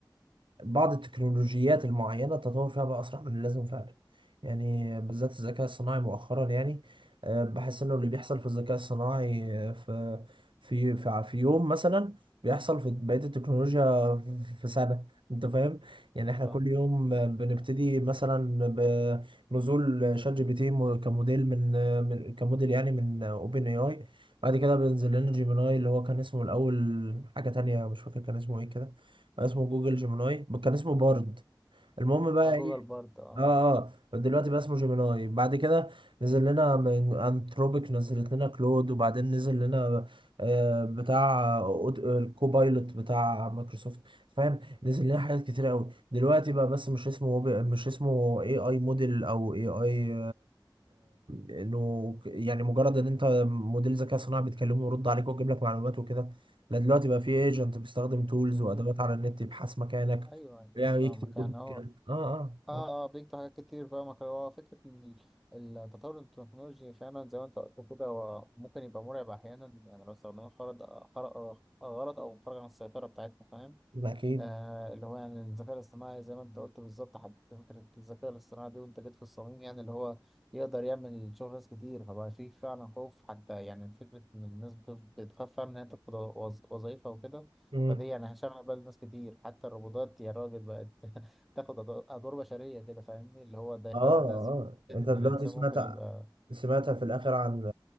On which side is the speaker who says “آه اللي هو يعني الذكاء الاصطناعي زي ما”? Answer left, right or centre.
Centre